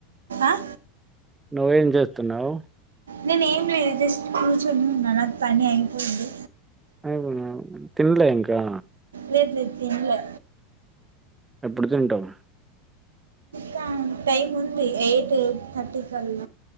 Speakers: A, on the right; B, on the right.
A: ఆ?
B: నువ్వేం జేత్తున్నావ్.
A: నేను ఏం లేదు జస్ట్ కూర్చుంటున్నానా పని ఐపోతది.
B: అ తిన్లే ఇంకా.
A: లెద్ లేద్ తిన్లె.
B: ఎప్పుడు తింటావ్.
A: గా టైమ్ ఉంది ఎయిట్ థర్టీకల్ల.